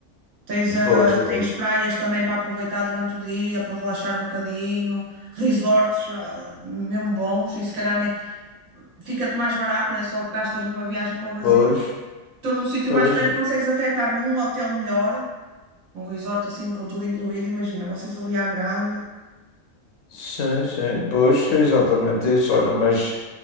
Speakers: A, on the right; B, on the left.
A: Tens, a
B: Pois, pois,
A: tens praias também para aproveitar durante o dia, para relaxar um bocadinho, resorts, ah, mesmo bons, e se calhar nem fica-te mais barato, não é? Só o que gastas numa viagem para o Brasil.
B: pois,
A: Tu num sítio
B: pois,
A: mais perto consegues até estar num hotel melhor um resort assim com tudo incluído, imagina, vocês ali à grande.
B: sim, sim, pois, é exatamente isso, ora, mas,